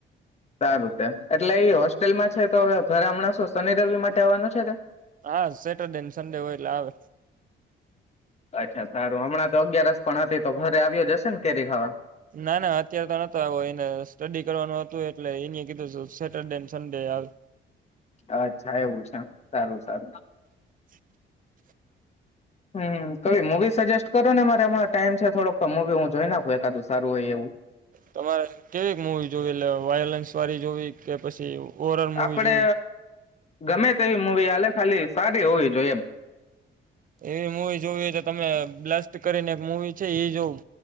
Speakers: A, on the left; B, on the right.
A: સારું એટલે એ હોસ્ટેલમાં છે. તો હવે ઘ ગામણા શોસની, રવિ માટે આવવાનું છે ને.
B: હા, સેટરડે સન્ડે હોય. એટલે આવે
A: અચ્છા સારુ હમણા, તો અગિયારસ પણ હતી તો ઘરે આવ્યો જ હશે ને કેરી ખાવા
B: ના, ના અત્ય્યારે. તો નતો આવ્યો એને સ્ટડી કરવાનું હતું એટલે એને કીધું સેટરડે સન્ડે આવે
A: અચ્છા એવું છે, સારુ સારુ
B: <unintelligible>
A: હમ, ક મુવી સજેસ્ટ કરો ને મારે હમ ટાઈમ છે. થોડોક મવી હું જોઈ નાખું એકાદું સારું હોય, એવુ
B: તમારે કેવી મૂવી જોવી એટલે વાયોલન્સ વાળી જોવી, કે પછી ઓવર ઓલ મુવી
A: આપડે
B: જોવી
A: ગમે, તેવી મુૂવી હાલે ખાલી સારી હોવી જોઈએ એમ
B: એવી મુૂવી જોવી હોય, તો તમે બ્લાસ્ટ કરીને એક મુવી છે, એ જોવું